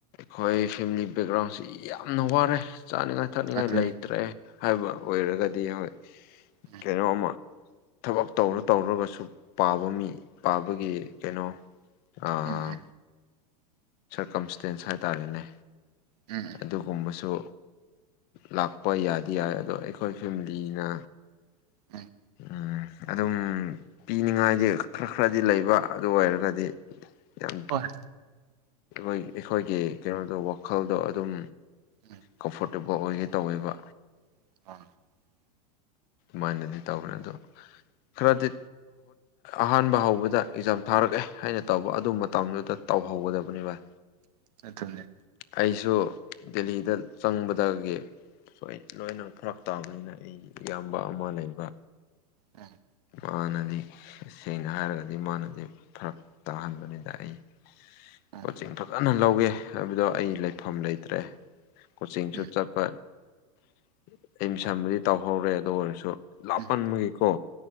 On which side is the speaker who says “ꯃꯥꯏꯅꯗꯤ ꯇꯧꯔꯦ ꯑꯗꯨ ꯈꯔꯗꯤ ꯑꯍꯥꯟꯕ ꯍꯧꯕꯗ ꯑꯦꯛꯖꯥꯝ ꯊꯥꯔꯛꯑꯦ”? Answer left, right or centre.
Left